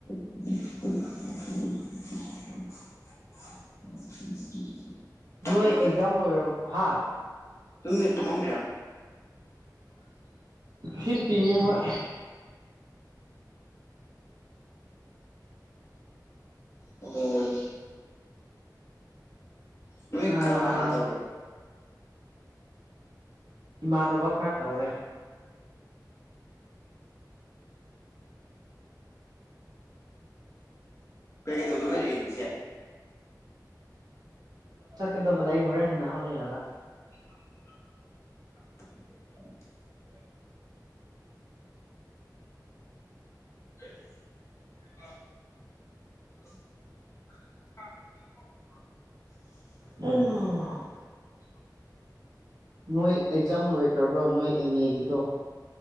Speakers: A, on the left; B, on the right.
A: <inaudible> ꯇꯨꯝꯃꯤꯔꯣ
B: ꯅꯣꯏ
A: ꯍꯧꯖꯤꯛ
B: ꯑꯦꯛꯖꯥꯝ ꯂꯣꯏꯔꯕ ꯍꯥꯥ
A: ꯇꯨꯝꯃꯤ ꯇꯨꯝꯃꯥꯝ
B: ꯍꯤꯞꯄꯤꯅꯦ ꯍꯣꯏ
A: ꯎꯝ ꯅꯣꯏ
B: ꯑꯥ
A: ꯀꯅꯥ ꯀꯅꯥ ꯇ
B: ꯏꯃꯥꯟꯅꯕ ꯈꯔ ꯇꯧꯔꯦ
A: ꯀꯩ ꯀꯩ ꯇꯧꯗꯧ ꯂꯩꯔꯤꯒꯦꯉꯁꯤ꯫
B: ꯀꯗ ꯂꯏ ꯍꯔꯦꯅꯥ ꯍ ꯂꯩꯦ ꯌꯥ <unintelligible>
A: <inaudible> <inaudible>
B: ꯎꯝ
A: <inaudible>
B: ꯅꯣꯏ ꯑꯦꯛꯖꯥꯝ ꯂꯣꯏꯈ꯭ꯔꯕ꯭ꯔꯣ ꯅꯣꯏ ꯑꯦꯝ ꯑꯦꯒꯤꯗꯣ